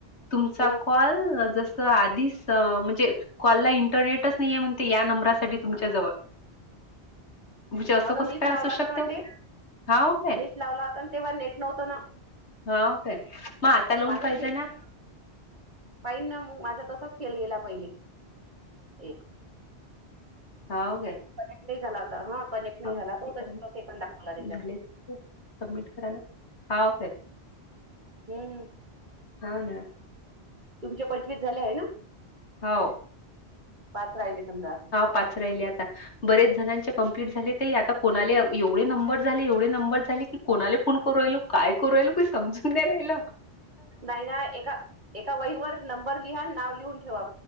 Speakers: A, on the left; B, on the right.
A: तुमचा
B: हं,
A: कॉल जस आधीच म्हणजे कॉलला इंटरनेटच नाही आहेे म्हणते या नंबरासाठी तुमच्या जवळ. <unintelligible>
B: होव ना
A: कसं
B: मीच
A: काय
B: लावला
A: असू शकते?
B: होता ना‌ वाटते,
A: हां, काय?
B: मीच लावला होता तेव्हा नेट नव्हतं ना.
A: हाव काय? मग आता लावून
B: माझाही
A: पाहिजे
B: फेल
A: ना?
B: पाहिनं ना‌ मग माझा तसाच फेल गेला पहिले एक.
A: हाव काय?
B: कनेक्ट नाही झाला होता, हा कनेक्ट नाही
A: हां,
B: झाला तो
A: हे करा
B: झिरो सेकंड दाखवला
A: ना,
B: त्याच्यात.
A: झाले ते सबमिट करायला हा ओके.
B: हम्म.
A: हा ना.
B: तुमचे पंचवीस झाले आहे ना?
A: हो.
B: पाच राहिले समजा
A: पाच राहिले आता. बरेच जणांचे कंप्लीट झाले ताई आता कोणाले एवढे नंबर झाले एवढे नंबर झाले की कोणाले फोन करू राहिलो, काय करू राहिलो काय समजून नाय राहील.
B: नाही ना एका एका वहीवर नंबर लिहा नाव लिहून ठेवा.